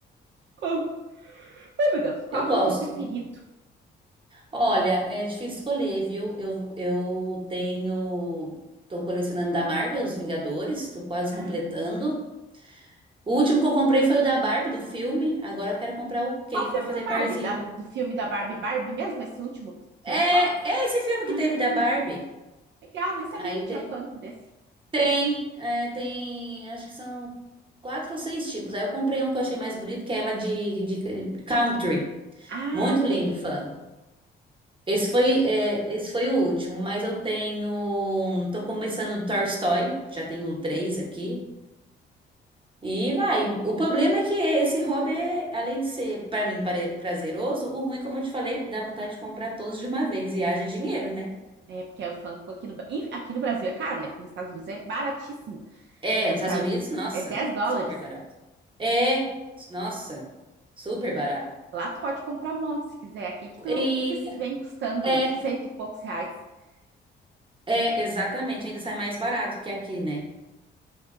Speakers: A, on the right; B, on the right.
A: Qual- Ai, meu Deus. Qual
B: Eu gosto.
A: que é o teu preferido?
B: Olha, é difícil escolher, viu? Eu, eu tenho. Tô colecionando da Marvel, os Vingadores, tô quase
A: Ah,
B: completando. O último que eu comprei foi o da Barbie, do filme. Agora eu quero comprar o Ken
A: qual filme
B: pra fazer
A: da Barbie?
B: parzinho.
A: Da- do filme da Barbie Barbie mesmo? Esse último que que
B: É,
A: lançou?
B: é esse filme que
A: Ah,
B: teve da Barbie.
A: Legal, nem sabia
B: Aí
A: que tinha
B: tem.
A: Funko desse.
B: Tem, é, tem. Acho que são quatro ou seis tipos. Aí eu comprei um que eu achei mais bonito, que é ela de, de country.
A: Ah,
B: Muito lindo
A: sei.
B: o Funko. Esse foi, é, esse foi o último, mas eu tenho. Tô começando do Tolstói, já tenho três aqui. E vai. O problema é que esse hobby é, além de ser, pra mim, pare- prazeroso, o ruim, como eu te falei, dá vontade de comprar todos de uma vez e haja dinheiro,
A: É, ver-
B: né?
A: é porque é o Funko aqui no, Ba- Enfim, aqui no Brasil é caro, né? Porque nos Estados Unidos é baratíssimo.
B: É,
A: Custa
B: nos Estados Unidos, nossa,
A: é 10 dólares.
B: super barato. É, nossa, super barato.
A: Lá tu pode comprar um monte se quiser. Aqui que tu não,
B: E,
A: que vem custando
B: é,
A: cento e poucos reais. <laughs>
B: é, exatamente, ainda sai mais barato que aqui, né?